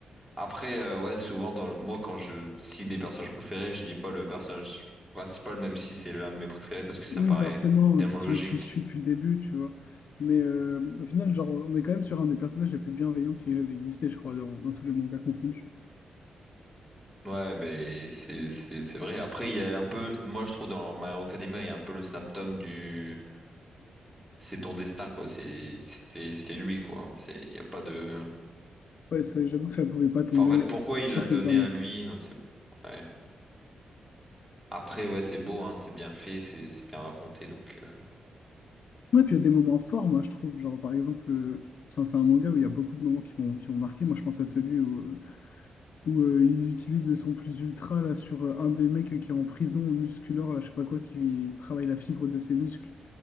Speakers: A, in the centre; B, on the left.
A: après, euh, ouais, souvent, dans le- moi, quand je cite des personnages préférés, je dis pas le personnage principal, même si c'est l'un de mes préférés, parce que ça
B: Oui,
A: paraît
B: forcément,
A: tellement
B: hein, c'est celui
A: logique.
B: que tu suis depuis le début, tu vois. Mais euh, au final, genre, on est quand même sur un des personnages les plus bienveillants qui ait jamais existé, je crois, dans, dans tous les mangas confondus.
A: Ouais, mais c'est c'est c'est vrai. Après, il y a un peu, moi, je trouve, dans My Hero Academia, il y a un peu le symptôme du c'est ton destin, quoi. C'est c'était c'était lui, quoi. C'est il y a pas de.
B: Ouais, ça, j'avoue que ça pouvait pas tomber
A: Enfin, en fait, pourquoi il
B: sur
A: l'a donné
B: quelqu'un d'autre.
A: à lui? c'est- Ouais. Après, ouais, c'est beau, hein, c'est bien fait, c'est c'est bien raconté, donc euh,
B: Ouais, puis il y a des moments forts, moi, je trouve. Genre, par exemple, euh, c'est un c'est un manga où il y a beaucoup de moments qui m'ont qui m'ont marqué. Moi, je pense à celui où, euh, où euh, il utilise son plus ultra là, sur euh, un des mecs qui est en prison musculaire, là, je sais pas quoi, qui travaille la fibre de ses muscles.